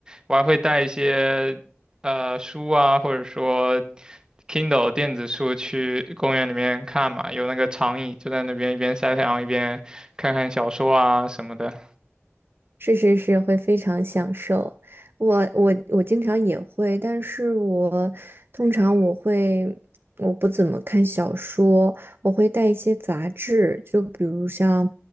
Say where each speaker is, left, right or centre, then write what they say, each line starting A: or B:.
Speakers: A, on the right; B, on the right.
A: 我还会带一些呃书啊，或者说 Kindle 电子书去公园里面看嘛，有那个长椅就在那边一边晒太阳一边看看小说啊什么的
B: 是是是，会非常享受。我我我经常也会，但是我通常我会我不怎么看小说，我会带一些杂志，就比如像，